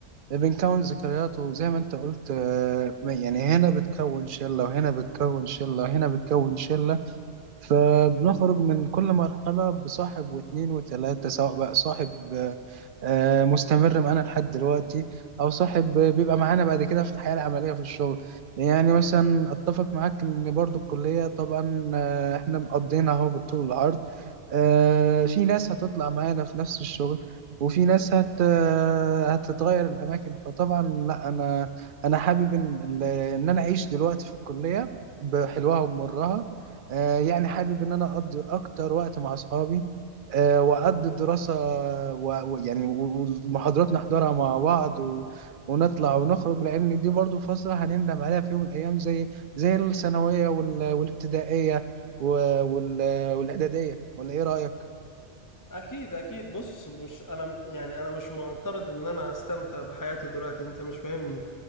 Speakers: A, on the right; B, on the left.
A: بنكون ذكريات وزي ما أنت قلت آه، ما- يعني هنا بتكون شلة وهنا بتكون شلة وهنا بتكون شلة فبنخرج من كل مرحلة بصاحب واتنين وتلاتة سواء بقى صاحب آه، مستمر معانا لحد دلوقتي أو صاحب بيبقى معانا بعد كده في الحياة العملية في الشغل يعني مثلا أتفق معاك إن برضو الكلية طبعا آه، إحنا مقضينها أهو بالطول والعرض آه، في ناس هتطلع معانا في نفس الشغل وفي ناس هت آه، هتتغير الأماكن فطبعا لا أنا أنا حابب إن إن أنا أعيش دلوقتي في الكلية بحلوها ومرها آه، يعني حابب ان انا اقضي اكتر وقت مع اصحابي آه، وأقضي الدراسة و- ويعني و- والمحاضرات نحضرها مع بعض و... ونطلع ونخرج لأن دي برضو فترة هنندم عليها في يوم من الأيام زي زي الثانوية وال... والابتدائية و... وال... والإعدادية ولا إيه رأيك؟
B: اكيد اكيد بص مش انا يعني انا مش معترض ان انا استمتع بحياتي دلوقتي انت مش فاهمني